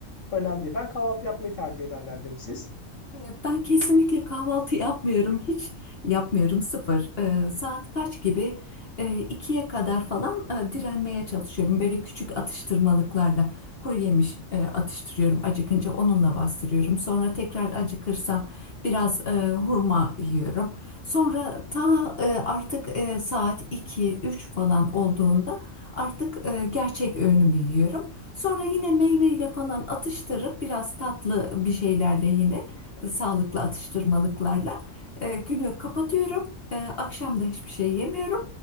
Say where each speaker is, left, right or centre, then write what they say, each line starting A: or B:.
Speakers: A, on the left; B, on the left.
A: önemli değil. Ben kahvaltı yapmayı tercih edenlerdenim siz.
B: Ee, Ben kesinlikle kahvaltı yapmıyorum. Hiç yapmıyorum sıfır. Ee, saat kaç gibi? Ee, ikiye kadar falan e, direnmeye çalışıyorum. Böyle küçük atıştırmalıklarla kuru yemiş e, atıştırıyorum. Acıkınca onunla bastırıyorum. Sonra tekrar acıkırsam biraz e, hurma yiyorum. Sonra ta e, artık e, saat iki üç falan olduğunda artık e, gerçek öğünümü yiyorum. Sonra yine meyveyle falan atıştırıp biraz tatlı bir şeylerle yine e, sağlıklı atıştırmalıklarla. E, günü kapatıyorum. E, akşam da hiçbir şey yemiyorum.